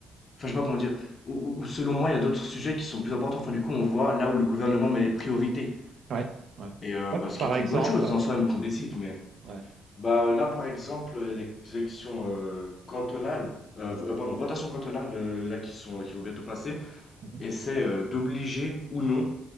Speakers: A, on the left; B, on the right.
A: Enfin, je sais pas comment dire. Ou, ou- ou selon moi, il y a d'autres sujets qui sont plus importants. Enfin, du coup, on voit là où le gouvernement met les priorités.
B: Ouais, ouais.
A: Et euh,
B: Hop,
A: bah, ce
B: Par
A: qui est
B: exemple,
A: une bonne chose en soi, même qu'on décide, mais.
B: ouais.
A: Bah, là, par exemple, il y a les élections euh, cantonales. euh, euh, pardon, rotations cantonales, euh, là, qui sont, qui vont bientôt passer
B: Mhm.
A: et c'est euh, d'obliger ou non